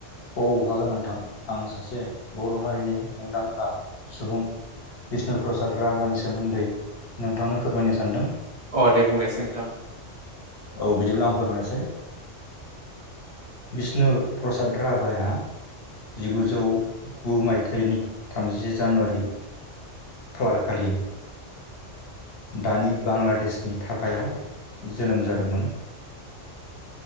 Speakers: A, on the left; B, on the right.
A: औ हागोन नोंथां आं सासे बर' हारिनि मुंदांखा सुबुं बिष्णु प्रसाद राभानि सोमोन्दै नोंथांनो फोरमायनो सानदों।
B: अ दे बुंनायसै नोंथां।
A: औ बिदिब्ला आं फोरमायनोसै। बिष्णु प्रसाद राभाया जिगुजौ गु मायथाइनि थामजिसे जानुवारि खालार खालि दानि बांलादेशनि थाखायआव जोनोम जादों। मोन